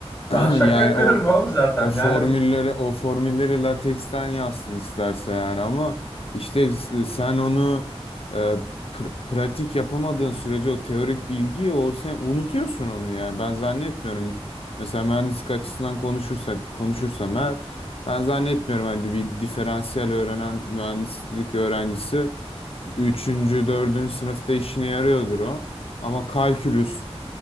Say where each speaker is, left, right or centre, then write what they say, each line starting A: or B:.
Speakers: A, on the left (about 65°); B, on the left (about 25°).
A: <clears throat>
B: Ben şaka
A: Yani
B: yapıyorum
A: o
B: abi zaten.
A: o formülleri
B: Yani
A: o formülleri lateksten yazsın isterse yani ama işte s- sen onu e, pr- pratik yapamadığın sürece o teorik bilgiyi o sen unutuyorsun onu yani. Ben zannetmiyorum. Mesela mühendislik açısından konuşursak konuşursam eğer ben zannetmiyorum hani bir diferansiyel öğrenen mühendislik öğrencisi üçüncü dördüncü sınıfta işine yarıyordur o. Ama kalkülüs